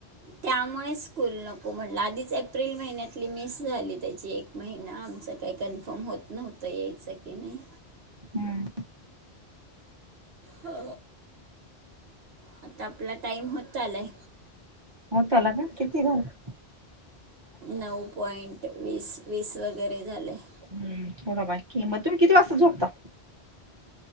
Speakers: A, on the right; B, on the right.
A: त्यामुळे स्कूल नको म्हटलं, आधीच एप्रिल महिन्यातली मिस झाली त्याची एक महिना आमच काही कन्फर्म होत नव्हत यायचं की नाही.
B: हम्म
A: हा. आता आपला टाईम होता आलाय?
B: झाला काय किती झाला?
A: नऊ पॉइंट वीस वीस व <inaudible>
B: हम्म थोडा बारकी, मगं तुम्ही किती वाजता झोपता?